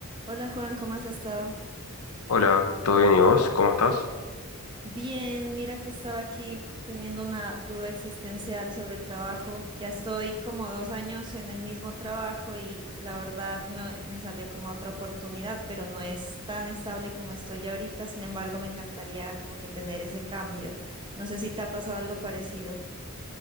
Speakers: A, on the right; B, on the left.
A: Hola Juan, ¿cómo has estado?
B: Hola, ¿todo bien y vos? ¿Cómo estás?
A: Bien, mira que estaba aquí teniendo una duda existencial sobre trabajo. Ya estoy como dos años en el mismo trabajo y la verdad me, me salió como otra oportunidad, pero no es tan estable como estoy ahorita. Sin embargo, me encantaría como que tener ese cambio. No sé si te ha pasado algo parecido.